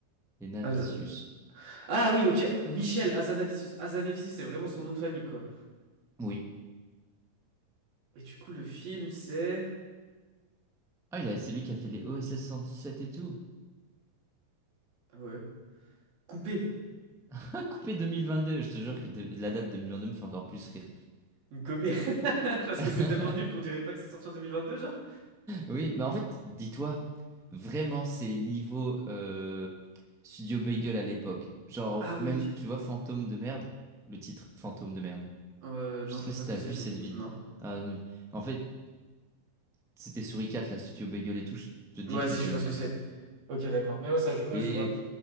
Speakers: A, in the centre; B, on the right.
A: et Navicius.
B: Az- Ah oui, ok, Michel Azanavicius. Azanavicius, c'est vraiment son nom de famille, quoi.
A: Oui.
B: Et du coup, le film, c'est...
A: Ah il a, c'est lui qui a fait les OSS 117 et tout.
B: Ah ouais. Coupé.
A: <laughs> Coupé 2022, je te jure que de- la date 2022 me fait encore plus rire.
B: Une copie. <laughs> Parce
A: <laughs>
B: que c'est tellement nul qu'on dirait pas que c'est sorti en 2022, genre.
A: Oui, mais en fait, dis-toi, vraiment, c'est niveau euh, Studio Bagel à l'époque. Genre,
B: Ah oui,
A: même,
B: ok.
A: tu vois, Fantôme de merde, le titre, Fantôme de merde.
B: Euh,
A: Je
B: non,
A: sais
B: je
A: pas
B: vois
A: si
B: pas ce
A: t'as
B: que c'est,
A: vu
B: mais
A: cette vidéo.
B: non.
A: en fait, c'était Souricat, la Studio Bagel et tout. Je peux te
B: Ouais,
A: dire qu'il
B: si,
A: faisait
B: je vois
A: mieux.
B: ce que c'est. Ok, d'accord. Mais ouais, ça, je, euh,
A: Mais
B: je vois.